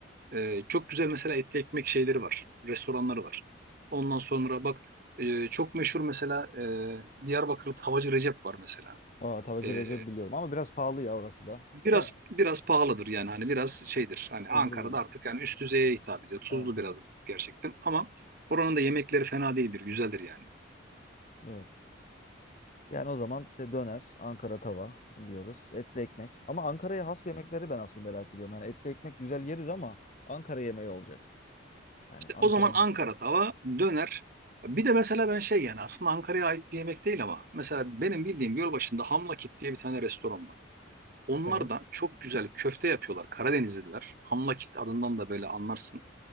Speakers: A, on the right (about 45°); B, on the left (about 35°).
A: Ee, çok güzel mesela etli ekmek şeyleri var. Restoranları var. Ondan sonra bak e, çok meşhur mesela e, Diyarbakır'da Tavacı Recep var mesela.
B: Aa, Tavacı
A: Ee,
B: Recep biliyorum ama biraz pahalı ya orası da.
A: biraz
B: Değil mi?
A: biraz pahalıdır yani hani biraz şeydir. Hani
B: Tuzlu
A: Ankara'da
B: biraz.
A: artık yani üst düzeye hitap ediyor. Tuzlu
B: Evet evet.
A: biraz gerçekten ama oranın da yemekleri fena değildir. Güzeldir yani.
B: Evet. Yani o zaman işte döner, Ankara tava diyoruz. Etli ekmek. Ama Ankara'ya has yemekleri ben aslında merak ediyorum. Yani etli ekmek güzel yeriz ama Ankara yemeği olacak. Yani
A: İşte
B: Ankara'nın.
A: o zaman Ankara tava döner. Bir de mesela ben şey yani aslında Ankara'ya ait bir yemek değil ama mesela benim bildiğim Gölbaşı'nda Hamlakit diye bir tane restoran var. Onlar
B: Evet.
A: da çok güzel köfte yapıyorlar. Karadenizliler. Hamlakit adından da böyle anlarsın.